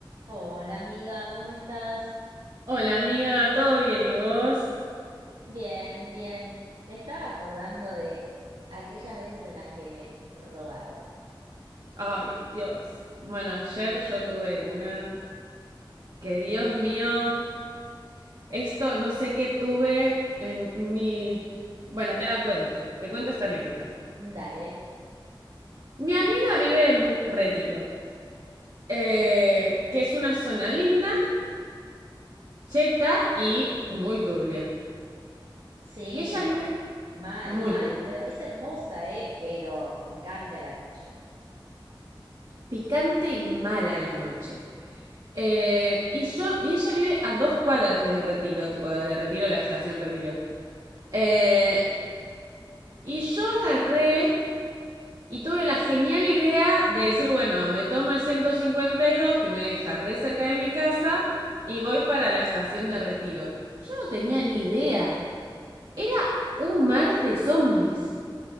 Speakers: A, on the right; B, on the right.
A: Hola amiga, ¿cómo estás?
B: Hola amiga, ¿todo bien? ¿Y vos?
A: Bien, bien. Me estaba acordando de aquellas veces en las que me robaron.
B: Ay, Dios. Bueno, ayer yo tuve una que, Dios mío, esto no sé qué tuve en mi... Bueno, te la cuento, te cuento esta anécdota.
A: Dale.
B: Mi amiga vive en Retiro, eh, que es una zona linda, cheta y muy turbia.
A: Sí,
B: Y ella vive
A: mal,
B: muy
A: mal,
B: turbia,
A: pero es hermosa, ¿eh? Pero picante a la noche.
B: picante mala a la noche. Eh, y yo, y ella vive a dos cuadras de Retiro, tipo de Retiro, la estación Retiro. Eh, y yo agarré y tuve la genial idea de decir, bueno, me tomo el 152 que me deja re cerca de mi casa y voy para la estación de retiro. Yo no tenía ni idea. Era un mar de zombies.